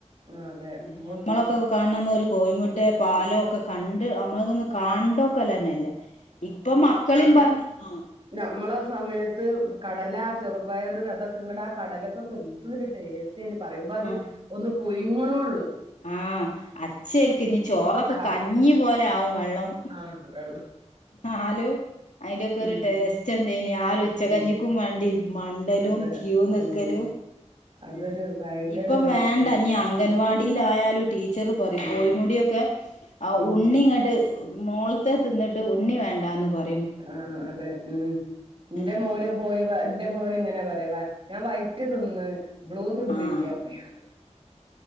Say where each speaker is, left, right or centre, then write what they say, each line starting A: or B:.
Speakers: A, on the right; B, on the left.
A: ആഹ് അതെ
B: ഏഹ്
A: ഉം
B: ഞമ്മളൊക്കെ കാണ്അന്ന് ഒരു കോഴിമുട്ടെ പാലോ ഒക്കെ കണ്ട് നമ്മൊക്കൊന്ന് കാണ്ടോ ക്കലെന്നെല്ല ഇപ്പം മക്കളീം പർഞ് ആഹ്
A: ന്നമ്മളെ സമയെത്ത് കടല, ചെറുപയർ അതൊക്കെ ഇങ്ങട് ആ കടലൊക്കെ ക്കെന്തൊരു ടേസ്റ്റെയ്നി പറയുമ്പോ അത്
B: ആഹ്
A: ഒന്ന് പുയ്ങ്ങ്ണൊള്ളു.
B: ആഹ് അച്ചേൽക്ക് ഇഞ്ഞി ചോറൊക്കെ
A: ആഹ്
B: കഞ്ഞി പോലെആവും വള്ളം.
A: ആഹ് വെള്ളം
B: ന്നാലും അയിന്റെക്കൊരു
A: ഉം
B: ടെസ്റ്റ് എന്തെയ്നി ആ ഒരു ഉച്ചകഞ്ഞിക്കും
A: ഉം
B: വേണ്ടി മണ്ടലും
A: അതെ
B: ക്യു നിക്കെലും.
A: ഉം അതൊരു
B: ഏഹ്
A: ഭയങ്കര
B: ഇപ്പം
A: ഒരു
B: വേണ്ടഞ്ഞി
A: ഇതേനു
B: അംഗൻവാടിലായാലും
A: ഉം
B: ട്ടീ ച്ചെർ പറയും കോഴിമുടിഒക്കെ
A: ഉം
B: ആ
A: ഉം
B: ഉണ്ണിങ്ങട്ട് മോൾ ത്തെ തിന്ന്ട്ട് ഉണ്ണി വേണ്ടാന്ന് പർ
A: ആഹ് അതെ ഉം ഇന്റെ
B: ഏഹ്
A: മോനും കോഴി വ ഇന്റെ മോൻ ഇങ്ങെനെ പറയാ ഞാൻ വയ്റ്റ് തിന്ന് ബ്ലൂ തിന്നില്ല്യാ
B: ആഹ്
A: പർയു.